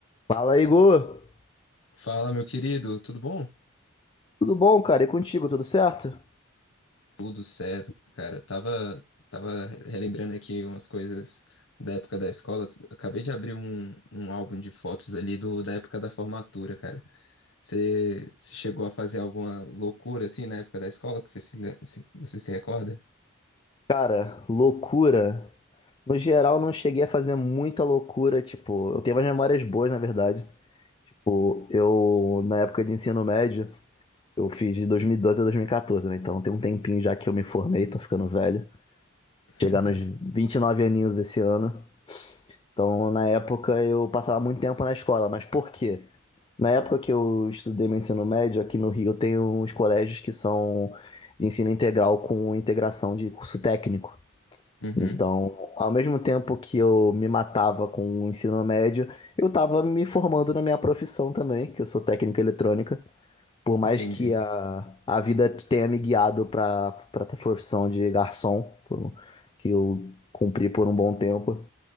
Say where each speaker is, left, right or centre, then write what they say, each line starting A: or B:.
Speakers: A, on the left; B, on the left.
A: Fala, Igor!
B: Fala, meu querido, tudo bom?
A: Tudo bom, cara? E contigo, tudo certo?
B: Tudo certo, cara. Tava, tava relembrando aqui umas coisas da época da escola. Acabei de abrir um, um álbum de fotos ali do, da época da formatura, cara. Você você chegou a fazer alguma loucura assim na época da escola que você se, le- se- você se recorda?
A: Cara, loucura. No geral, não cheguei a fazer muita loucura, tipo, eu tenho umas memórias boas, na verdade. Tipo, eu, na época de ensino médio, eu fiz de 2012 a 2014, né? Então tem um tempinho já que eu me formei, tô ficando velho.
B: <laughs>
A: Chegar nos 29 aninhos esse ano. Então, na época, eu passava muito tempo na escola, mas por quê? Na época que eu estudei meu ensino médio, aqui no Rio, tem uns colégios que são de ensino integral com integração de curso técnico.
B: Uhum,
A: Então, ao mesmo tempo que eu me matava com o ensino médio, eu estava me formando na minha profissão também, que eu sou técnico em eletrônica. Por mais
B: entendi,
A: que a, a vida tenha me guiado para para a profissão de garçom, por um- que eu cumpri por um bom tempo.